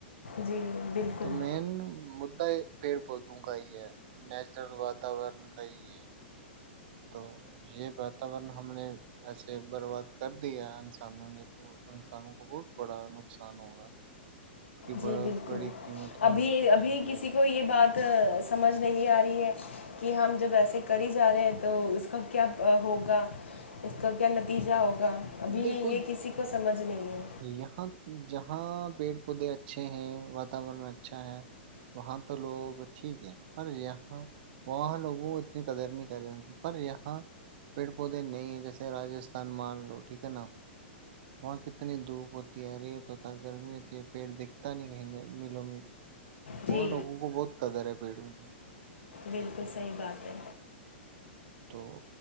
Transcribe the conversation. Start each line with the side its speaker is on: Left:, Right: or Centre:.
Left: جی بالکل
Right: تو مین مدا ہے پیڑ پودوں کا ہی ہے نیچرل واتورن کا ہی ہے تو یہ واتورن ہم نے ایسے برباد کر دیا انسانوں نے تو انسانوں کو بہت بڑا نقصان ہوگا کی
Left: جی
Right: بہت
Left: بالکل
Right: بڑی قیمت
Left: ابھی
Right: ہمیں چکانی
Left: ابھی
Right: پڑے
Left: کسی
Right: گی
Left: کو یہ بات سمجھ نہیں آ رہی ہے کہ ہم جب ایسے کر ہی جا رہے ہیں تو اس کا کیا ہوگا اس کا کیا نتیجہ ہوگا ابھی یہ
Right: دیکھو
Left: کسی کو سمجھ نہیں ہے
Right: یہاں جہاں پیڑ خ اچھے ہیں واتاورن اچ اچھا ہے وہاں تو لوگ ٹھیک ہے پر یہاں وہاں لوگوں اتنی قدر نہیں کر رہے ان کی پر یہاں پیڑ پودے نہیں ہیں جیسے راستھان مان لو ٹھیک ہے نا وہاں ک اتنی دھوپ ہوتی ہے ریت ہوتا ہے گرمی ہوتی ہے پیٹ دکھتا نہیں کہیں ملوں مل
Left: جی
Right: وہاں لوگوں کو بہت کدر ہے پیڑوں گی
Left: بالکل صحیح بات ہے
Right: تو